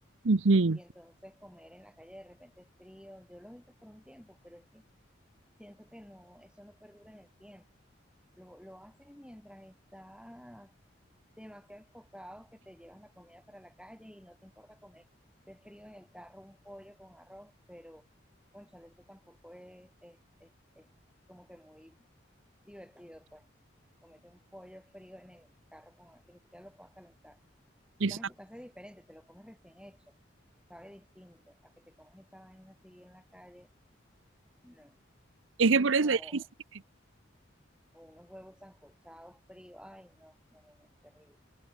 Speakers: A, on the right; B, in the centre.
A: Ujú,
B: Y entonces comer en la calle de repente es frío. Yo lo hice por un tiempo, pero es que siento que no, eso no perdura en el tiempo. Lo, lo haces mientras estás demasiado enfocados que te llevas la comida para la calle y no te importa comer de frío en el carro un pollo con arroz, pero cónchale, eso tampoco es, es, es- es como que muy divertido, pues. Comete un pollo frío en el carro con, que ni siquiera lo puedas calentar. Si
A: Exacto.
B: estás en tu casa es diferente, te lo comes recién hecho, sabe distinto a que te comes esa vaina así en la calle, no.
A: Es que por eso
B: O,
A: ella dice, que-
B: o unos huevos sancochados fríos, ay, no, no, no, no, terrible.